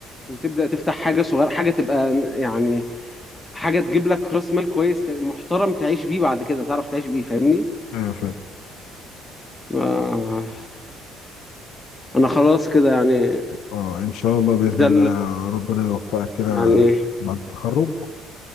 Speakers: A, on the left; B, on the left.
A: وتبدأ تفتح حاجة صغيرة حاجة تبقى يعني حاجة تجيب لك راس مال كويس ت- محترم تعيش بيه بعد كده تعرف تعيش بيه فاهمني؟
B: ايوه فاهم
A: آه، انا خلاص كده يعني
B: اه ان شاء الله باذن
A: ده
B: الله ربنا يوفقك كده
A: يعني
B: بعد التخرج